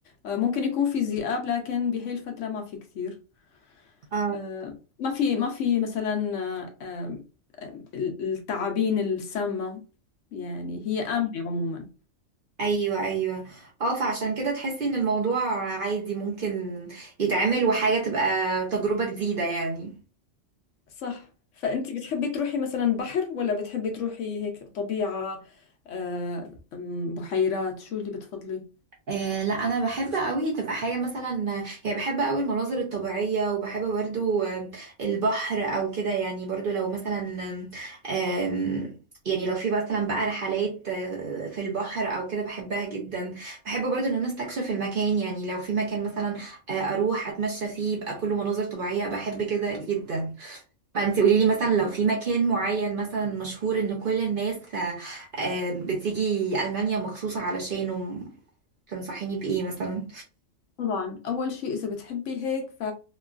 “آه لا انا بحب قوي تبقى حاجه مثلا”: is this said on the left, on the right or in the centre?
Right